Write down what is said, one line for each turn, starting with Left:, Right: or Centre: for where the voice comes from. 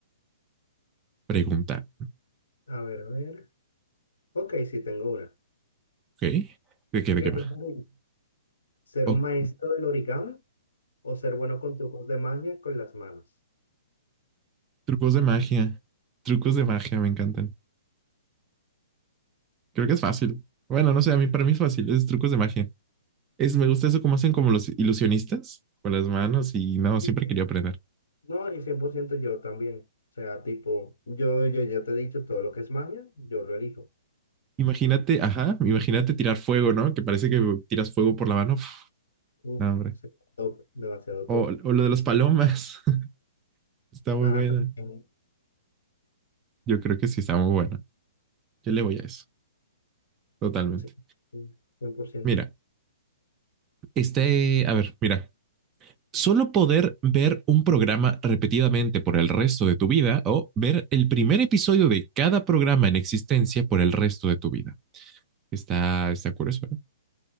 Right: pregunta.
Left: A ver, a ver. Ok, sí, tengo una.
Right: ¿Ok? ¿De qué, de
Left: ¿Qué
Right: qué
Left: preferís?
Right: va?
Left: ¿Ser
Right: O
Left: un maestro del origami o ser bueno con trucos de magia con las manos?
Right: trucos de magia. Trucos de magia me encantan. Creo que es fácil. Bueno, no sé, a mí para mí es fácil, es trucos de magia. Es, me gusta eso como hacen como los ilusionistas con las manos y no,
Left: Sí,
Right: siempre
Left: sí.
Right: quería aprender.
Left: No, y 100% yo también. O sea, tipo, yo, yo ya te he dicho todo lo que es magia, yo lo elijo.
Right: Imagínate, ajá, imagínate tirar fuego, ¿no? Que parece que tiras fuego por la mano. Uf,
Left: Uf,
Right: no, hombre.
Left: sí, top, demasiado
Right: O,
Left: top.
Right: o lo de las palomas. <laughs> Está muy
Left: Ah,
Right: buena.
Left: también.
Right: Yo creo que sí está muy buena. Yo le voy a eso, totalmente.
Left: Sí, sí, cien por ciento
Right: Mira, este, a ver, mira. Solo poder ver un programa repetidamente por el resto de tu vida o ver el primer episodio de cada programa en existencia por el resto de tu vida. Está, está curioso. ¿eh?